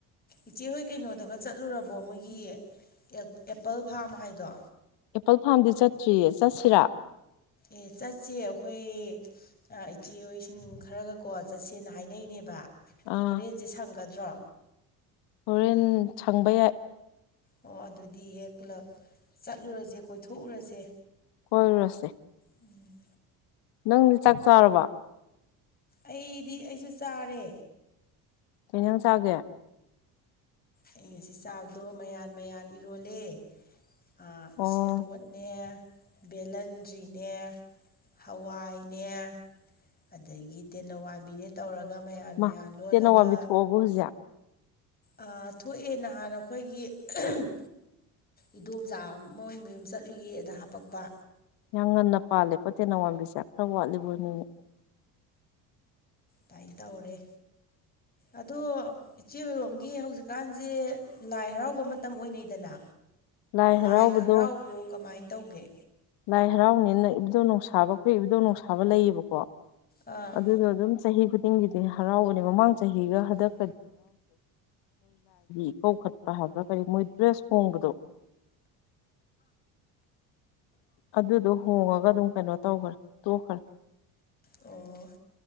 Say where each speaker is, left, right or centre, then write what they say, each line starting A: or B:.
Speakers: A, on the left; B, on the left.
A: ꯏꯆꯦꯍꯣꯏ ꯀꯩꯅꯣꯗꯒ ꯆꯠꯂꯨꯔꯕꯣ ꯃꯣꯏꯒꯤ ꯑꯦꯞ ꯑꯦꯄꯜ ꯐꯥꯔꯝ ꯍꯥꯏꯗꯣ꯫
B: ꯑꯦꯄꯜ ꯐꯥꯔꯝꯗꯤ ꯆꯠꯇ꯭ꯔꯤꯌꯦ ꯆꯠꯁꯤꯔꯥ꯫
A: ꯑꯦ ꯆꯠꯁꯤ ꯑꯈꯣꯏ ꯑ ꯏꯆꯦꯍꯣꯏꯁꯤꯡ ꯈꯔꯒꯀꯣ ꯆꯠꯁꯦꯅ ꯍꯥꯏꯅꯩꯅꯦꯕ꯫
B: ꯑꯥ
A: ꯍꯣꯔꯦꯟꯁꯦ ꯁꯪꯒꯗ꯭ꯔꯣ꯫
B: ꯍꯣꯔꯦꯟ ꯁꯪꯕ ꯌꯥꯏ꯫
A: ꯑꯣ ꯑꯗꯨꯗꯤ ꯍꯦꯛ ꯄꯨꯂꯞ ꯆꯠꯂꯨꯔꯁꯦ ꯀꯣꯏꯊꯣꯛꯎꯔꯁꯦ꯫
B: ꯀꯣꯏꯔꯨꯔꯁꯦ꯫
A: ꯎꯝ
B: ꯅꯪꯗꯤ ꯆꯥꯛ ꯆꯥꯔꯕꫭ꯫
A: ꯑꯩꯗꯤ ꯑꯩꯁꯨ ꯆꯥꯔꯦ꯫
B: ꯀꯩ ꯍꯤꯟꯖꯥꯡ ꯆꯥꯒꯦ꯫
A: ꯑꯩ ꯉꯁꯤ ꯆꯥꯕꯗꯣ ꯃꯌꯥꯟ ꯃꯌꯥꯟ ꯏꯔꯣꯜꯂꯦ꯫ ꯑꯥ
B: ꯑꯣ
A: ꯁꯦꯕꯣꯠꯅꯦ꯫ ꯕꯦꯂꯟꯗ꯭ꯔꯤꯅꯦ ꯍꯋꯥꯏꯅꯦ꯫ ꯑꯗꯒꯤ ꯇꯦꯅꯧꯋꯥꯟꯕꯤꯅꯦ ꯇꯧꯔꯒ ꯃꯌꯥꯟ ꯃꯌꯥꯟ
B: ꯃꯥ
A: ꯂꯣꯜꯂꯒ
B: ꯇꯦꯅꯋꯥꯡꯕꯤ <unintelligible>
A: ꯑ ꯊꯣꯛꯑꯦ ꯅꯍꯥꯟ ꯑꯈꯣꯏꯒꯤ <unintelligible> ꯏꯗꯣꯝꯆꯥ ꯑꯃ ꯃꯣꯏ ꯃꯌꯨꯝ ꯆꯠꯂꯨꯌꯦ ꯑꯗ ꯍꯥꯄꯛꯄ꯫
B: ꯌꯥꯝ ꯉꯟꯅ ꯄꯥꯜꯂꯦꯀꯣ ꯇꯦꯅꯧꯋꯥꯝꯕꯤꯁꯦ ꯈꯔ ꯋꯥꯠꯂꯤꯕꫭ ꯅꯤꯡ
A: ꯗꯥꯏꯅ ꯇꯧꯔꯦ ꯑꯗꯣ ꯏꯆꯦ ꯑꯣꯏꯔꯣꯝꯒꯤ ꯍꯧꯖꯤꯛꯀꯥꯟꯁꯦ ꯂꯥꯏ ꯍꯔꯥꯎꯕ ꯃꯇꯝ ꯑꯣꯏꯅꯩꯗꯅ꯫
B: ꯂꯥꯏ ꯍꯔꯥꯎꯕꯗꯣ
A: ꯂꯥꯏꯒ ꯍꯔꯥꯎꯕ꯭ꯔꯣ ꯀꯃꯥꯏꯅ ꯇꯧꯒꯦ꯫
B: ꯂꯥꯏ ꯍꯔꯥꯎꯅꯦꯅ ꯏꯕꯨꯗꯧ ꯅꯨꯡꯁꯥꯕꯈꯣꯏ ꯏꯕꯨꯗꯧ ꯅꯨꯡꯁꯥꯕ ꯂꯩꯌꯦꯕꯀꯣ꯫
A: ꯑꯥ
B: ꯑꯗꯨꯗꯣ ꯑꯗꯨꯝ ꯆꯍꯤ ꯈꯨꯗꯤꯡꯒꯤꯗꯤ ꯍꯔꯥꯎꯕꯅꯤ ꯃꯃꯥꯡ ꯆꯍꯤꯒ ꯍꯟꯗꯛ
A: <unintelligible> <inaudible>
B: ꯏꯀꯧ ꯈꯠꯄ ꯍꯥꯏꯕ꯭ꯔꯥ ꯀꯔꯤ ꯃꯣꯏ ꯗ꯭ꯔꯦꯁ ꯍꯣꯡꯕꯗꯣ ꯑꯗꯨꯗꯣ ꯍꯣꯡꯉꯒ ꯑꯗꯨꯝ ꯀꯩꯅꯣ ꯇꯧꯈ꯭ꯔꯦ ꯇꯣꯛꯈ꯭ꯔꯦ
A: ꯑꯣ